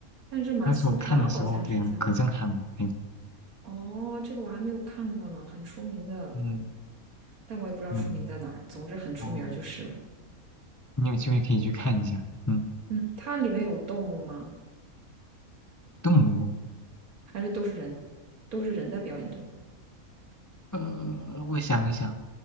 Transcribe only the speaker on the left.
那时候看的时候，对啊，可震撼了。哎呦，
嗯
嗯，
哦，你有机会可以去看一下。嗯，
动物，
呃，我想一想，